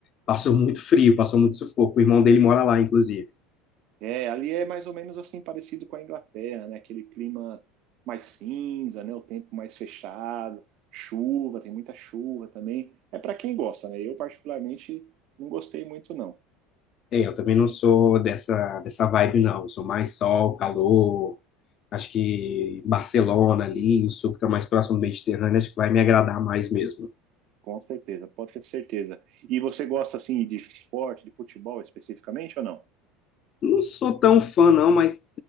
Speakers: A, on the left; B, on the right.
A: passou muito frio, passou muito sufoco. O irmão dele mora lá, inclusive.
B: é, ali é mais ou menos assim parecido com a Inglaterra, né? Aquele clima mais cinza, né? O tempo mais fechado, chuva, tem muita chuva também. É para quem gosta, né? Eu particularmente não gostei muito não.
A: É, eu também não sou dessa, dessa vibe, não. Eu sou mais sol, calor. Acho que Barcelona ali, o sul que está mais próximo do Mediterrâneo, acho que vai me agradar mais mesmo.
B: Com certeza, pode ter certeza. E você gosta assim de esporte, de futebol especificamente ou não?
A: Não sou tão fã, não, mas